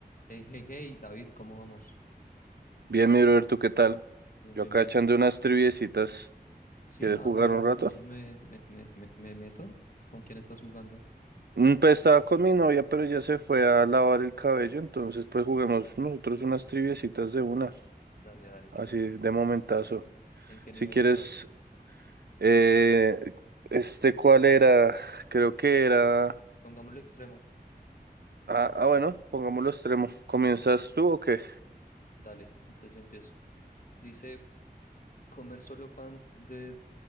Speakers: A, on the left (about 50°); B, on the right (about 75°).
A: Hey, hey, hey, David, ¿cómo vamos?
B: Bien, mi brother, ¿tú qué tal?
A: Bien,
B: Yo
A: bien,
B: acá
A: bien.
B: echando unas triviecitas.
A: Sí,
B: ¿Quieres
A: ah,
B: jugar
A: bueno,
B: un
A: entonces
B: rato?
A: me, me, me, me, me meto. ¿Con quién estás jugando?
B: Mm, Pues estaba con mi novia, pero ya se fue a lavar el cabello, entonces pues juguemos nosotros unas triviecitas de una,
A: Dale, dale,
B: así
A: qué bueno.
B: de momentazo.
A: ¿En qué nivel
B: Si quieres,
A: estás?
B: eh, este, ¿cuál era? Creo que era...
A: Pongámoslo extremo.
B: Ah, ah, bueno, pongámoslo extremo. ¿Comienzas tú o qué?
A: Dale, entonces yo empiezo. Dice, comer solo pan de,